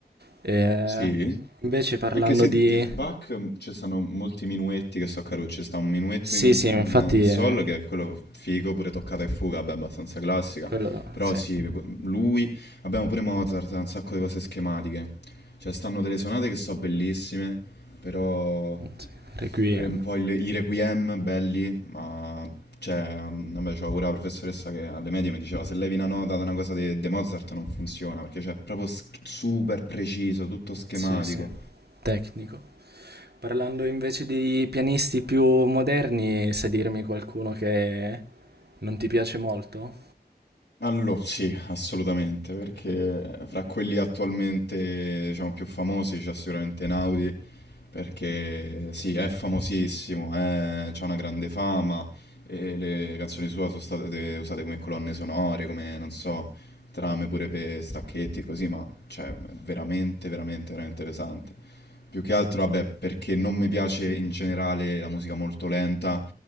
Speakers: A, on the right (about 75°); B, on the left (about 80°).
A: Eh,
B: Sì?
A: invece parlando
B: Anche se
A: di...
B: The Bach mm, ci sono molti minuetti che so carucci, sta un minuetto
A: Sì,
B: in,
A: sì,
B: in-
A: infatti
B: in sol
A: eh,
B: che è quello figo, pure toccata e fuga, vabbè, abbastanza classica,
A: quello...
B: però
A: Sì,
B: sì, pu- lui, abbiamo pure Mozart, ha un sacco di cose schematiche, cioè stanno delle sonate che so bellissime, però
A: Sì, Requiem.
B: pure un po' il- i requiem belli, ma cioè, mm, vabbè, c'ho pure la professoressa che alle medie mi diceva se levi una nota da una cosa di Mozart non funziona, perché cioè, è proprio sch- super preciso, tutto schematico.
A: Sì, sì, tecnico. Parlando invece di pianisti più moderni, sai dirmi qualcuno che non ti piace molto?
B: Allo sì, assolutamente, perché fra quelli attualmente, diciamo, più famosi c'è sicuramente Naudi, perché sì, è
A: Sì.
B: famosissimo, è, c'ha una grande fama, e le canzoni sue sono state usate come colonne sonore, come, non so, trame pure per stacchetti e così, ma cioè, è veramente, veramente, veramente pesante. Più che altro, vabbè, perché non mi piace in generale la musica molto lenta,